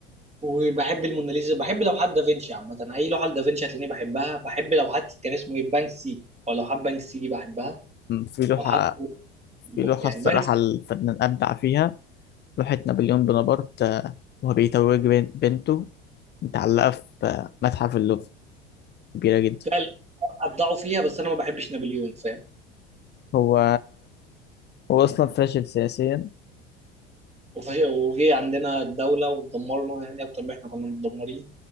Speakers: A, on the right; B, on the left.
A: وبحب الموناليزا بحب لوحات دافنشي عامه اي لوحه لدافنشي هتلاقيني بحبها بحب لوحات كان اسمه ايه بانكسي او لوحات بانكسي دي بحبها
B: في لوحة
A: لوحات ب-
B: في لوحة
A: يعني
B: الصراحة
A: بنك
B: الفنان أبدع فيها لوحة نابليون بونابرت آه، وهو بيتوج بن- بنته متعلقة في آه، متحف اللوفر كبيرة جدا
A: فعلا ابدعوا فيها بس انا ما بحبش نابليون فاهم
B: هو هو أصلا فاشل سياسيا
A: وفش... وجي عندنا الدوله ودمرنا يعني اكتر ما احنا كنا متدمرين